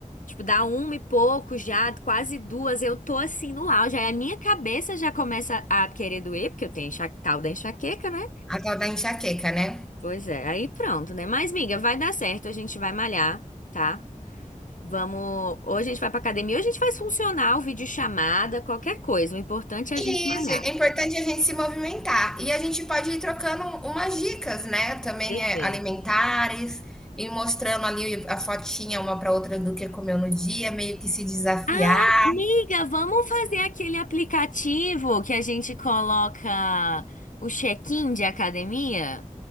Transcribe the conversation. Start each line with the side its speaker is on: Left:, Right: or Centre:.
Left: Tipo, dá uma e pouco já, quase duas, eu tô assim no auge. Aí a minha cabeça já começa a querer doer, porque eu tenho enxa- tal da enxaqueca, né?
Centre: A tal da enxaqueca, né?
Left: Pois é, aí pronto, né? Mas, miga, vai dar certo, a gente vai malhar, tá? Vamos. Ou a gente vai pra academia, ou a gente faz funcional, videochamada, qualquer coisa. O importante é
Centre: Isso,
Left: a gente malhar.
Centre: é importante a gente se movimentar. E a gente pode ir trocando umas dicas, né? Também
Left: Perfeito.
Centre: é alimentares, e mostrando ali a fotinha uma para outra do que comeu no dia, meio que se desafiar.
Left: Ah, amiga, vamos fazer aquele aplicativo que a gente coloca o check-in de academia?